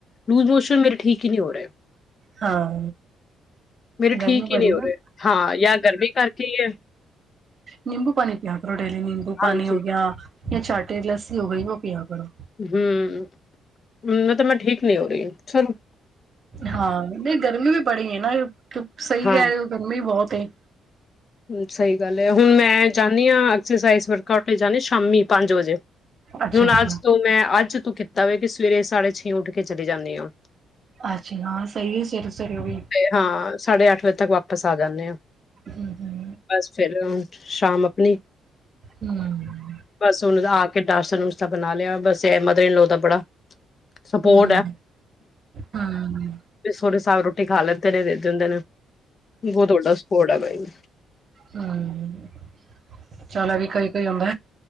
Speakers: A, on the left; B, on the right.
A: ਲੂਜ਼ ਮੋਸ਼ਨ ਮੇਰੇ ਠੀਕ ਹੀ ਨਹੀਂ ਹੋ ਰਹੇ।
B: ਹਾਂ
A: ਮੇਰੇ ਠੀਕ
B: ਗਰਮੀ
A: ਹੀ
B: ਬੜੀ
A: ਨਹੀਂ ਹੋ
B: ਆ।
A: ਰਹੇ ਹਾਂ ਯਾ ਗਰਮੀ ਕਰਕੇ ਹੀ ਹੈ
B: ਨਿੰਬੂ ਪਾਣੀ ਪੀਆ ਕਰੋ। ਤੁਹਾਡੇ ਲਈ ਨਿੰਬੂ ਪਾਣੀ
A: ਹਾਂਜੀ
B: ਹੋ ਗਿਆ ਚਾਟੀ ਲੱਸੀ ਹੋ ਗਈ ਉਹ ਪਿਆ ਕਰੋ।
A: ਹੂੰ ਮੈਂ ਤਾਂ ਮੈਂ ਠੀਕ ਨਹੀਂ ਹੋ ਰਹੀ--ਚੱਲੋ।
B: ਹਾਂ ਨਹੀਂ ਗਰਮੀ ਵੀ ਬੜੀ ਹੈ ਨਾ ਸਹੀ
A: ਹਾਂ
B: ਕਹਿ ਰਹੇ ਓ ਗਰਮੀ ਬਹੁਤ ਤੇ
A: ਸਹੀ ਗੱਲ ਹੈ ਹੁਣ ਮੈਂ ਜਾਂਦੀ ਹਾਂ ਐਕਸਰਸਾਈਜ਼ ਵਰਕਟ ਲਈ ਸ਼ਾਮੀ ਪੰਜ ਵਜੇ
B: ਅੱਛਾ-ਅੱਛਾ,
A: ਹੁਣ ਅੱਜ ਤੋਂ ਮੈਂ ਅੱਜ ਤੂੰ ਕੀਤਾ ਹੋਵੇ ਕਿ ਸਵੇਰੇ ਸਾਢੇ ਛੇ ਉੱਠ ਕੇ ਚਲੀ ਜਾਨੇ ਹੋ।
B: ਅੱਛਾ ਹਾਂ ਸਹੀ ਹੈ ਸਵੇਰੇ ਸਵੇਰੇ ਉਹ ਵੀ।
A: ਤੇ ਹਾਂ ਸਾਢੇ ਅੱਠ ਵਜੇ ਤੱਕ ਵਾਪਸ ਆ ਜਾਂਨੇ ਹੋ
B: ਹੂੰ ਹੂੰ
A: ਬਸ ਫੇਰ ਸ਼ਾਮ ਆਪਣੀ
B: ਹੂੰ, ਹੂੰ,
A: ਬਸ ਉਹਨੂੰ ਆ ਕੇ <unintelligible> ਨੂੰ ਅੱਛਾ ਬਣਾ ਲਿਆ ਬਸ ਮਦਨੀ ਨੂੰ ਤਾਂ ਬੜਾ ਸਪੋਰਟ
B: ਹੂੰ।
A: ਹੈ,
B: ਹੂੰ
A: ਸੋਹਰੇ ਸਾਬ ਰੋਟੀ ਖਾ ਲੈਂ ਤਨੇ ਦੇ ਦ ਤਨ <unintelligible> ਬਹੁਤ ਵੱਡਾ ਸਪੋਰਟ ਹੈ ਬਈ।
B: ਹਮ ਚਲ ਐ ਵੀ ਕਈ-ਕਈ ਹੁੰਦੈ।